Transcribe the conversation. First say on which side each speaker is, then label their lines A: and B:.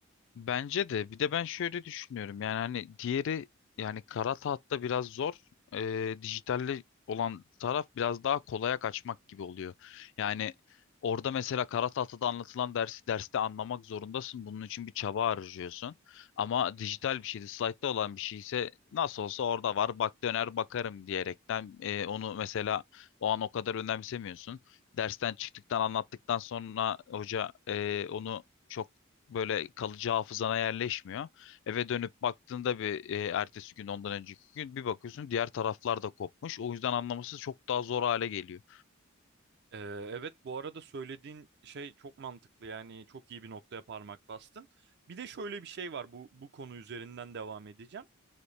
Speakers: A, on the left (about 60°); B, on the right (about 55°).
A: Bence de bir de ben şöyle düşünüyorum yani hani diğeri yani kara tahtta biraz zor Ee, dijitalde olan taraf biraz daha kolaya kaçmak gibi oluyor. Yani orada mesela kara tahtada anlatılan dersi derste anlamak zorundasın bunun için bir çaba harcıyorsun ama dijital bir şeydi slaytta olan bir şey ise nasıl olsa orada var bak döner bakarım diyerekten e, onu mesela o an o kadar önemsemiyorsun. Dersten çıktıktan anlattıktan sonra hoca e, onu çok böyle kalıcı hafızana yerleşmiyor. Eve dönüp baktığında bir e, ertesi gün ondan önceki gün bir bakıyorsun diğer taraflar da kopmuş. O yüzden anlaması çok daha zor hale geliyor.
B: Ee, evet bu arada söylediğin şey çok mantıklı yani çok iyi bir noktaya parmak bastın. Bir de şöyle bir şey var bu bu konu üzerinden devam edeceğim.